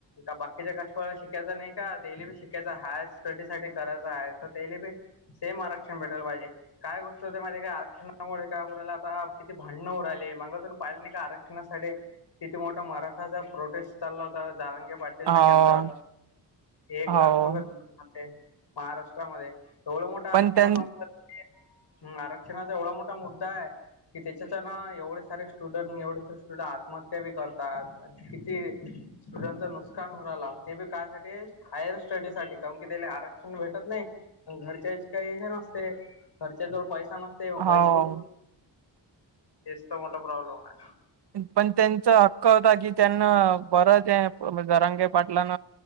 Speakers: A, on the left; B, on the right.
A: का बाकीच्या कास्टवाला शिकायचं नाही का तेली बी शिकायच हाय स्टडीसाठी करायचं आहे तर तेले बी सेम आरक्षण भेटायला पाहिजे काय गोष्ट होते माहित हाय काय आरक्षणामुळे काय हू राहील आता किती भांडणं होउ राहिले माग तुम्ही पाहिलं नाही का आर शणासाठी किती मोठा मराठाचा प्रोटेस्ट चालला होता जारंगे पा पाटील
B: हा
A: न केलत एक
B: हो
A: लाख लोक आलते महाराष्ट्रामध्ये येवढं मोठं आरक्षण
B: पण त्यां
A: होतं म हू आरक्षणाचा एवढा मोठा मुद्दा हाय कि त्याच्यात हाय ना एवढे सारे स्टुडंट एवढे सारे स्टुडंट आत्महत्या बी करतात किती स्टुडंटचं नुकसान हू राहिला ते बी कायसाठी हायर स्टडीसाठी काउन कि त्याले आरक शन भेटत नाही आणि घरच्यांची काही हे नसते घरच्यांजवळ पैसा नसते म
B: हो
A: पैसे तेच तर मोठा प्रॉब्लेम हाय
B: पण त्यांचा हक्क होता की त्यांना बरं त्या जरांगे पाटलान